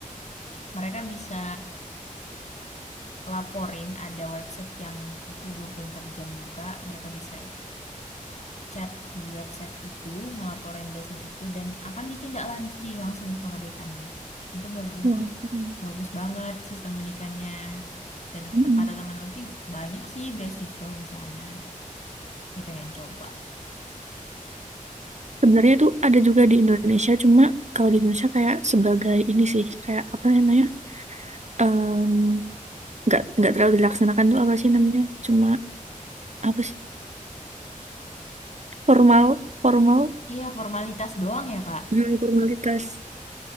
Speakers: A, on the left; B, on the right.
A: Mereka bisa laporin ada website yang itu 24 jam buka. Mereka bisa chat di website itu, ngelaporin dosen itu, dan akan ditindaklanjuti langsung sama dekannya. Itu menurut Lutfi
B: Wow, keren.
A: bagus banget sistem pendidikannya. Dan kata
B: Mm-mm.
A: kata teman Lutfi, banyak sih beasiswa di sana. Dia pengen coba.
B: Sebenarnya itu ada juga di Indonesia, cuma kalau di Indonesia kayak sebagai ini sih, kayak apa namanya? em, nggak nggak terlalu dilaksanakan tuh apa sih namanya? Cuma apa sih? Formal, formal,
A: Iya, formalitas doang ya, Kak.
B: Hmm, formalitas.